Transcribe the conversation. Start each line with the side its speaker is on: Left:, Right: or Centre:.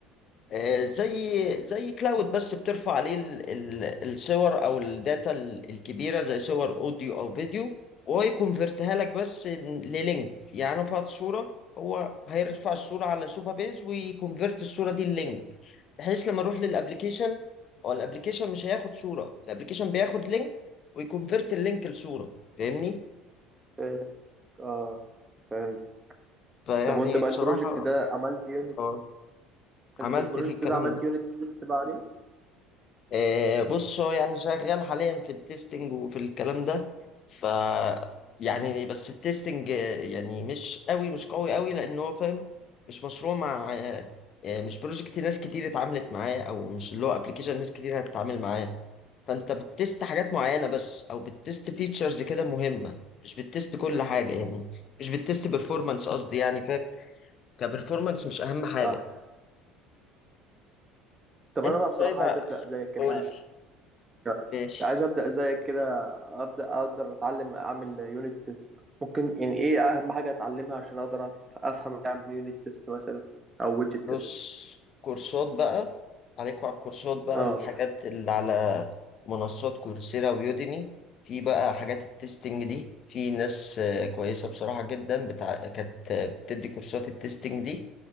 Left: آه، زي زي كلاود بس بترفع عليه ال- ال- الصور او الداتا ال- الكبيره زي صور اوديو او فيديو وهو يكونفرتها لك بس للينك يعني انا رفعت صوره هو هيرفع الصوره على سوبر بيس ويكونفرت الصوره دي للينك بحيث لما اروح للابليكيشن هو الابليكيشن مش هياخد صوره الابليكيشن بياخد لينك ويكونفرت اللينك لصوره فاهمني
Right: فاهم. اه فهمت
Left: فيعني
Right: طب وانت بقى
Left: بصراحة
Right: البروجكت ده عملت يونت
Left: اه
Right: انت
Left: عملت
Right: البروجكت
Left: فيه الكلام
Right: ده عملت
Left: ده
Right: يونت تيست بقى عليه؟
Left: آه، بص هو يعني شغال حاليا في التستنج وفي الكلام ده ف يعني
Right: امم
Left: بس التستنج آه، يعني مش قوي مش قوي قوي لأن هو فاهم مش مشروع مع آه، آه، مش بروجكت ناس كتير اتعاملت معاه أو مش اللي هو ابلكيشن ناس كتير هتتعامل معاه فأنت بتست حاجات معينة بس أو بتست فيتشرز كده مهمة مش بتست كل حاجة يعني مش بتست بيرفورمانس قصدي يعني فاهم كبرفورمانس مش أهم حاجة
Right: فاهم طب
Left: انت
Right: انا بقى بصراحة
Left: طيب
Right: عايز ابدأ زي كده
Left: قول لي.
Right: يعني
Left: ماشي
Right: عايز ابدا زيك كده ابدا اقدر اتعلم اعمل يونت تيست ممكن يعني ايه اهم حاجه اتعلمها عشان اقدر أف- افهم اعمل يونت تيست مثلا او ويدجت
Left: بص
Right: تيست
Left: كورسات بقى عليكوا على الكورسات بقى
Right: اه
Left: الحاجات اللي على منصات كورسيرا ويوديمي في بقى حاجات التستنج دي في ناس آه، كويسة بصراحة جدا بتاع كانت آه، بتدي كورسات التستنج دي